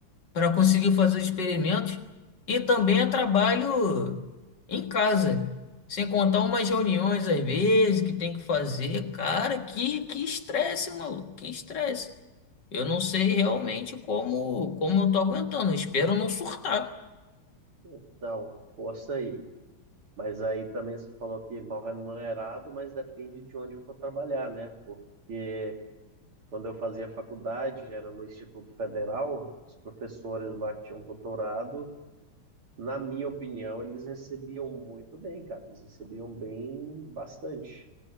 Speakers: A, on the left; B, on the right.
A: para conseguir fazer os experimentos e também é trabalho em casa. Sem contar umas reuniões às vezes que tem que fazer. Cara, que que estresse, maluco, que estresse. Eu não sei realmente como como eu tô aguentando. Eu espero não surtar.
B: Então, força aí. Mas aí também você falou que mal remunerado, mas depende de onde for trabalhar, né? Porque quando eu fazia faculdade, era no Instituto Federal, os professores lá que tinham doutorado, na minha opinião, eles recebiam muito bem, cara. Eles recebiam bem bastante.